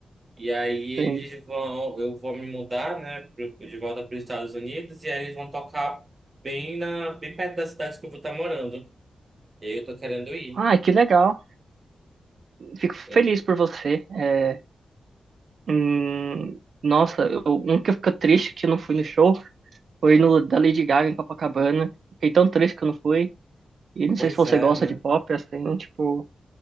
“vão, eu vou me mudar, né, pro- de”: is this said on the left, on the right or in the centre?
Right